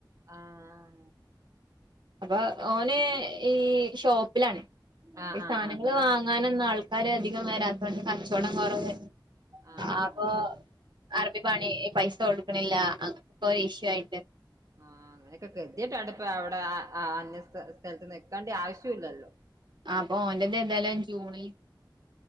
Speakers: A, on the right; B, on the right.
A: ആഹ്
B: അപ്പൊ ഓന് ഈ ഷോപ്പിലാണ്
A: ആഹ്
B: ഈ
A: ആഹ്
B: സാനങ്ങള്
A: ആഹ്
B: വാങ്ങാനൊന്നും ആൾക്കാര് അധികം വരാത്തോണ്ട് കച്ചോടം കുറവ്
A: ആഹ്
B: അപ്പൊ അറബി പണി ഈ പൈസ കൊടുക്കണില്ല <unintelligible> ഇഷ്യൂ ആയിട്ട്
A: ആഹ് അങ്ങനൊക്കെ കതിട്ടാണ്ട് ഇപ്പം ഔടെ അ അന്യ സ്ഥലത്ത് നിക്കേണ്ടി ആവശ്യം ഇല്ലല്ലോ
B: ആ അപ്പോ ഓൻ്റെത് ഏന്തായാലും ജൂണിൽ